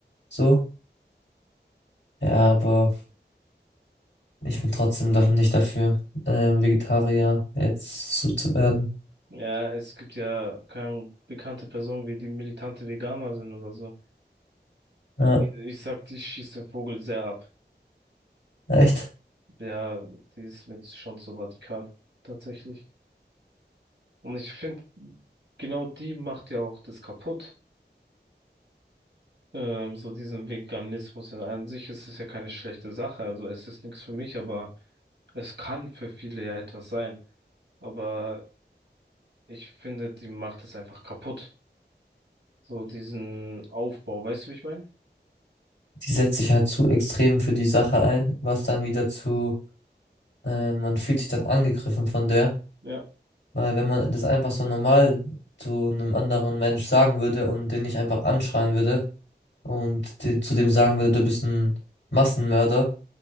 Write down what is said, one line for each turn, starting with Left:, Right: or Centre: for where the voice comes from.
Left: so. Ja, aber ich bin trotzdem davon nicht dafür, ähm, Vegetarier jetzt so zu werden.
Right: Ja, es gibt ja keine bekannte Personen, wie die militante Veganer sind oder so.
Left: Ja,
Right: Ich sag, die schießt den Vogel sehr ab.
Left: echt.
Right: Ja, die ist mir jetzt schon so radikal, tatsächlich. Und ich finde, genau die macht ja auch das kaputt. Ähm, so diesen Veganismus. in an sich ist es ja keine schlechte Sache. Also es ist nichts für mich, aber es kann für viele ja etwas sein. Aber Ich finde, die macht es einfach kaputt. So diesen Aufbau, weißt du, wie ich meine?
Left: Die setzt sich halt zu extrem für die Sache ein, was dann wieder zu, äh, man fühlt sich dann angegriffen von der,
Right: Ja,
Left: weil wenn man das einfach so normal zu einem anderen Mensch sagen würde und den nicht einfach anschreien würde, und den, zu dem sagen würde, du bist ein Massenmörder,